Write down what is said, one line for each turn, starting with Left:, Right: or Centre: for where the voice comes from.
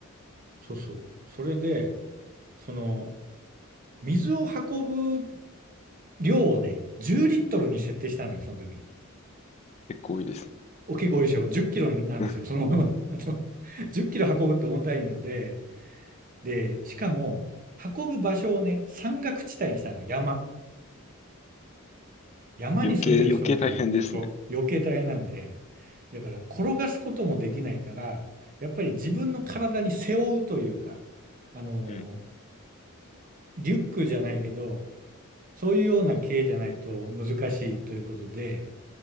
Right: そうそう。それで、その、水を運ぶ量をね、10リットルに設定したのよ、その時。
Left: 結構いいですね。
Right: お結構多いでしょ。10キロなんですよ、
Left: うん。
Right: そのまま。<laughs> あの、10キロ運ぶって重たいので、で、しかも、運ぶ場所をね、山岳地帯にしたの、山。山に住んでる人もいる。
Left: 余計、余計大変ですね。
Right: そう余計大変なんで、だから転がすこともできないから、やっぱり自分の体に背負うというか、あの、
Left: うん。
Right: リュックじゃないけど、そういうような系じゃないと難しいということで、